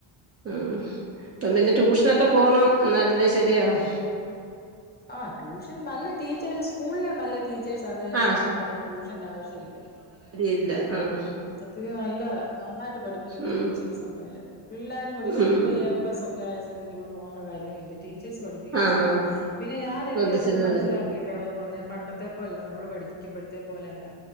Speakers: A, on the right (about 35°); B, on the left (about 20°).
A: ഉം ഇപ്പം പിന്നെ ട്യൂഷനൊക്കെ പോണം എന്നാല്ലല്ലെ ശരിയാവും
B: ആഹ് ട്യൂഷൻ നല്ല ടീച്ചേഴ്സ് സ്കൂളിലെ നല്ല ടീച്ചേഴ്‌സ് ടീച്ചേഴ്‌സ് ആണേ
A: ആ
B: സത്യം പറഞ്ഞ ട്യൂഷന്റെ ആവശ്യം ഇല്ല
A: ഇല്ല ആഹ്
B: സത്യത്തി നല്ല നന്നായിട്ട് പഠിപ്പിക്കുന്ന
A: ഉം
B: ടീച്ചേഴ്സ് ഉണ്ടായല് പിള്ളാരും കൂടി ഇടിവൊക്ക
A: ഉം
B: ഇപ്പൊ എ പ്ലസ് ഒക്കെ ആ സ്ഥിതിക്ക് ഇവൾ പോകണ്ട കാര്യവും ഇല്ല ടീച്ചേഴ്സ് പഠിപ്പിക്കുന്ന
A: ആഹ്
B: ശ്രദ്ധി പിന്നെ ഞാൻ
A: ശ്രദ്ധിച്ചിരുന്നത്
B: എന്താ ഇതിന് മനസ്സിലാക്കിയിട്ട് ട്ടുള്ളത് പറഞ്ഞാ പണ്ടത്തെ പോലെല്ല നമ്മള് പഠിക്കുമ്പോഴത്തെ പോലല്ല